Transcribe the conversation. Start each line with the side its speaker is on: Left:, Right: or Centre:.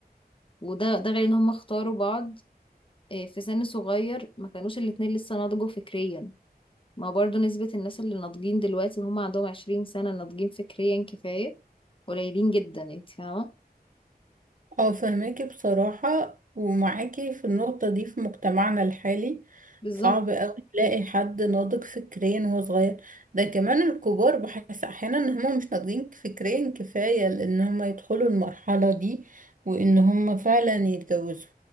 Left: وده ده غير ان هم اختاروا بعض آه، في سن صغير ما كانوش الاتنين لسه نضجوا فكريا ما برضو نسبة الناس اللي ناضجين دلوقتي وهم عندهم عشرين سنة ناضجين فكريا كفاية قليلين جدا يعني انت فاهمة
Right: اه فهماكي بصراحة ومعاكي في النقطة دي في مجتمعنا الحالي
Left: بالظبط
Right: صعب اوي تلاقي حد ناضج فكريا وهو صغير ده كمان الكبار بحس احيانا ان هما مش ناضجين فكريا كفاية لان هما يدخلوا المرحلة دي وان هما فعلا يتجوزوا